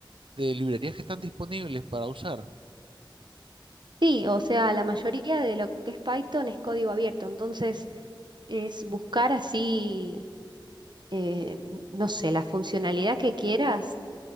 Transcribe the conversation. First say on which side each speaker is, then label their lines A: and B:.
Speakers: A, on the right (about 80°); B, on the right (about 60°).
A: de librerías que están disponibles para usar.
B: Sí, o sea, la mayoría de lo que es Python es código abierto, entonces es buscar así, eh, no sé, la funcionalidad que quieras,